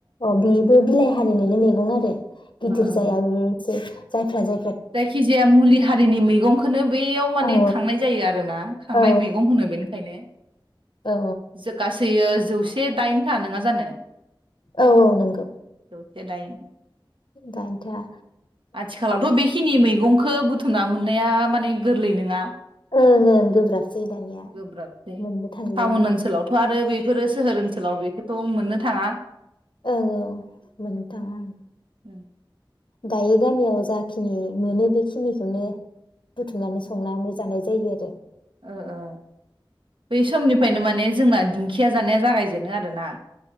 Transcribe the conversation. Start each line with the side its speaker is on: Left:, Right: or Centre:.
Left: अ बिबो बिलाइ हारिनिनो मेगं आरो। गिदिर
Right: ओ
Left: जाया
Right: ओ
Left: बेनोसै। जायफ्रा जे
Right: जायखिजाया मुलि हारिनि मैगंखोनो बैयाव माने
Left: औ
Right: खांनाय जायो आरोना खांनाय
Left: औ
Right: मैगं होनो बेनिखायनो।
Left: औ
Right: जो गासैयो जौ से दाइनथा नोङा जानो?
Left: औ औ नोंगौ।
Right: जौसे दाइन।
Left: दाइनथा।
Right: आथिखालावथ' बेखिनि मैगंखो बुथु मना मोननाया माने गोरलै नोङा।
Left: ओं ओं गोब्राबसै दानिया
Right: गोब्राबसै
Left: मोनबो थांलिया
Right: टाउन
Left: ओं।
Right: ओनसोलावथ' आरो बेफोरो सोहोर ओनसोलाव बेखौथ' मोननो थाङा।
Left: औ औ मोननो थाङा उम।
Right: उम।
Left: गायो गामियाव जाखिनि मोनो बेखिनिखौनो बुथुमनानै संनानै जानाय जायो आरो।
Right: ओ ओ बै समनिफ्रायनो माने जोंना दिंखिया जानाया जागायजेनो आरोना